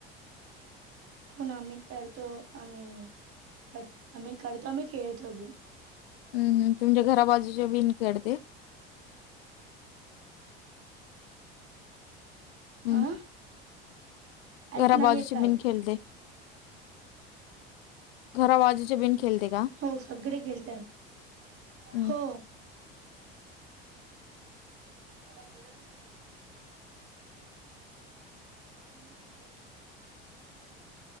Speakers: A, on the right; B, on the left.
A: हो ना आम्ही करतो आम्ही, कर आम्ही करतो आम्ही खेळतो बिन.
B: हम्म हम तुमच्या घराबाजूचे बिन खेळते? हम्म
A: आ ऐकू
B: घरा
A: नाही
B: बाजूचे
A: येत आहे
B: बीन खेलते? घरा बाजुचे बिन खेळते का
A: हो सगळे खेलते आम्ही,
B: हम्म.
A: हो <inaudible> <inaudible>